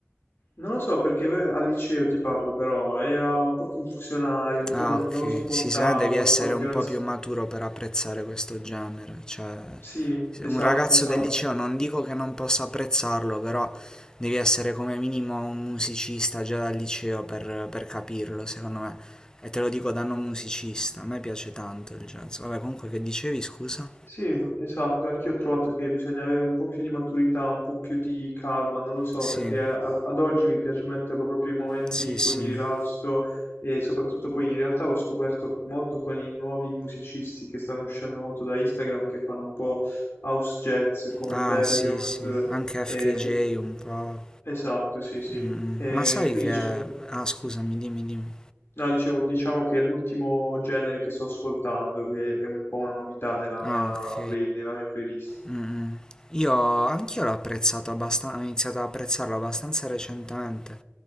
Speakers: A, on the left (about 60°); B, on the left (about 15°).
A: Non lo so perché ve- al liceo ti parlo, però era un po' confusionario, un
B: Ah,
A: po' non,
B: ok.
A: non lo sopportavo,
B: Si sa, devi essere
A: il fatto
B: un
A: che non...
B: po'
A: s-
B: più maturo per apprezzare questo genere. Cioè,
A: Sì,
B: se
A: esatto,
B: un ragazzo
A: esatto.
B: del liceo non dico che non possa apprezzarlo, però devi essere come minimo un musicista già dal liceo per, per capirlo, secondo me. E te lo dico da non musicista, a me piace tanto il jazz. Vabbè, comunque che dicevi, scusa?
A: Sì, esatto, anch'io ho trovato che bisogna avere un po' più di maturità, un po' più di calma, non lo so,
B: Sì,
A: perché a- ad oggi mi piace metterlo proprio in momenti
B: sì,
A: in cui
B: sì.
A: mi rilasso e soprattutto poi in realtà l'ho scoperto molto con i nuovi musicisti che stanno uscendo molto da Instagram, che fanno un po' house jazz come
B: Ah
A: Berlioz
B: sì, sì, anche
A: e,
B: FKJ
A: e-
B: un po'.
A: Esatto, sì, sì.
B: Mm,
A: E
B: mm. Ma sai
A: quindi
B: che...
A: diciamo,
B: Ah scusami, dimmi, dimmi.
A: no, dicevo, diciamo che è l'ultimo genere che sto ascoltando, che è un po' una novità nella
B: Ah
A: mia
B: ok.
A: play- nella mia playlist.
B: Mm, mm. Io anch'io l'ho apprezzato abbastanza, ho iniziato ad apprezzarlo abbastanza recentemente.